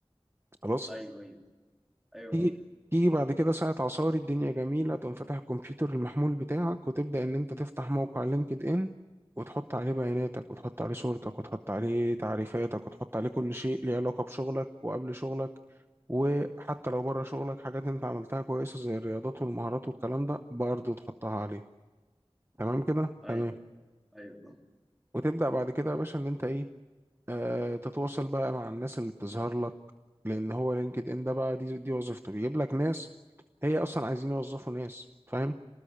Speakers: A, on the right; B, in the centre.
A: خلاص
B: ايوه ايوه ايوه
A: تيجي
B: فاهم
A: تيجي بعد كده ساعة عصاري الدنيا جميلة تقوم فاتح الكمبيوتر المحمول بتاعك وتبدأ إن أنت تفتح موقع لينكد إن وتحط عليه بياناتك وتحط عليه صورتك وتحط عليه تعريفاتك وتحط عليه كل شيء ليه علاقة بشغلك وقبل شغلك وحتى لو بره شغلك حاجات أنت عملتها كويسة زي الرياضات والمهارات والكلام ده برضه تحطها عليه تمام كده؟
B: ايوه
A: تمام
B: ايوه فاهم
A: وتبدأ بعد كده يا باشا إن أنت إيه آه، تتواصل بقى مع الناس اللي بتظهر لك لان هو لينكد ان ده بقى دي دي وظيفته بيجيب لك ناس هي اصلا عايزين يوظفوا ناس فاهم